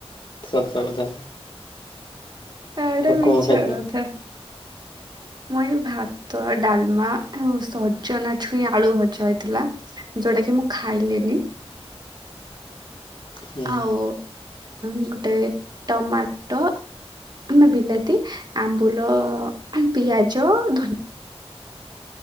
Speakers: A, on the left (about 50°); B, on the right (about 40°).
A: ସତ କଥା।
B: ଏଟା
A: ଆଉ
B: ମିଛ
A: କଣ ଖାଇଥିଲ?
B: କଥା। ମୁ ଏଇ ଭାତ ଡାଲମା ଆଉ ସଜନା ଛୁଇଁ ଆଳୁ ଭଜା ହେଇଥିଲା ଯୋଉଟା କି ମୁଁ ଖାଇଲିନି।
A: ହୁଁ
B: ଆଉ ଗୋଟେ ଟମାଟୋ। <unintelligible> ବିଲାତି ଆମ୍ବୁଲ ପିଆଜ ଧନି